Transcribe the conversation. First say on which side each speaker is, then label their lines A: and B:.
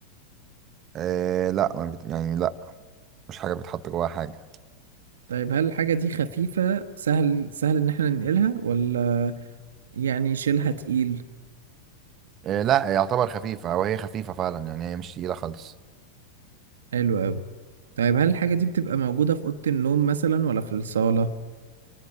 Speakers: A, on the right; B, on the right.
A: آه لا ما بت... يعني لا مش حاجة بتحط جواها حاجة.
B: طيب هل الحاجة دي خفيفة سهل سهل إن احنا ننقلها ولا يعني شيلها تقيل؟
A: إيه لا يعتبر خفيفة أو هي خفيفة فعلا يعني هي مش تقيلة خالص
B: حلو أوي طيب هل الحاجة دي بتبقى موجودة في أوضة النوم مثلا ولا في الصالة؟